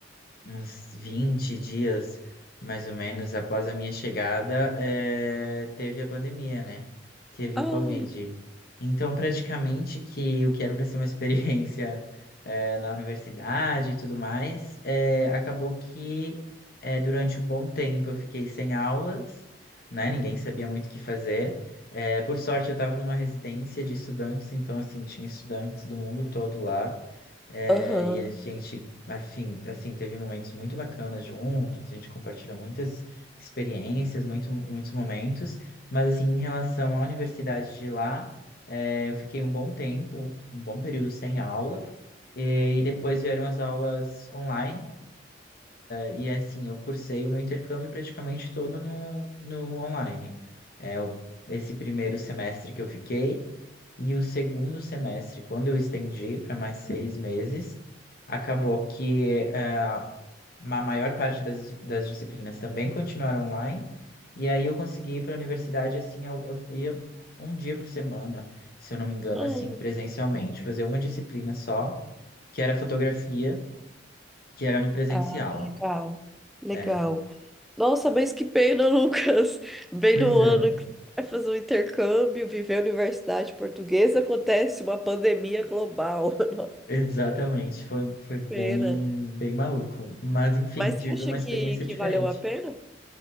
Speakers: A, on the left; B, in the centre.
A: uns 20 dias, mais ou menos, após a minha chegada, eh, teve a pandemia, né? Teve
B: Ai,
A: o Covid. Então, praticamente que o que era para ser uma <laughs> experiência, eh, na universidade e tudo mais, eh, acabou que, eh, durante um bom tempo eu fiquei sem aulas, né? Ninguém sabia muito o que fazer. Eh, por sorte, eu estava numa residência de estudantes, então, assim, tinha estudantes do mundo todo lá. É,
B: aham.
A: e a gente, afim, assim, teve momentos muito bacanas juntos, a gente compartilhou muitas experiências, muito, muitos momentos, mas assim, em relação à universidade de lá, é, eu fiquei um bom tempo, um bom período sem aula, e, e depois vieram as aulas online, e é assim, eu cursei o meu intercâmbio praticamente todo no, no online. É, o- esse primeiro semestre que eu fiquei, e o segundo semestre, quando eu estendi para mais seis meses, acabou que é, a maior parte das, das disciplinas também continuaram online, e aí eu consegui ir para a universidade, assim, eu, eu ia um dia por semana, se eu não me engano,
B: <laughs>
A: assim, presencialmente, fazer uma disciplina só, que era fotografia, que era no presencial.
B: Ah, legal, legal.
A: É.
B: Nossa, mas que pena, <laughs> Lucas. Bem
A: Pois
B: no
A: é,
B: ano que você vai fazer um intercâmbio, viver a universidade portuguesa, acontece uma pandemia global. <laughs> Nossa,
A: exatamente. Foi, foi bem,
B: pena.
A: bem maluco. Mas, enfim,
B: Mas
A: tive
B: você acha
A: uma experiência
B: que, que
A: diferente.
B: valeu a pena?